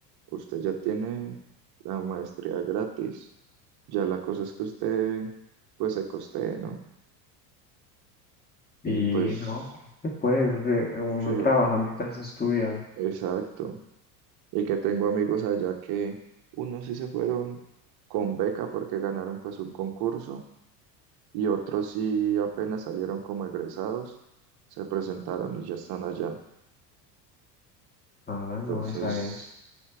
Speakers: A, on the right (about 50°); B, on the left (about 20°).
A: usted ya tiene la maestría gratis. Ya la cosa es que usted, pues, se costee, ¿no?
B: Y
A: Y pues,
B: no, se puede, o sea, uno
A: sí,
B: trabaja mientras estudia.
A: exacto. Y que tengo amigos allá que unos sí se fueron con beca porque ganaron pues un concurso y otros sí apenas salieron como egresados, se presentaron y ya están allá.
B: Ah, no,
A: Entonces,
B: esa es.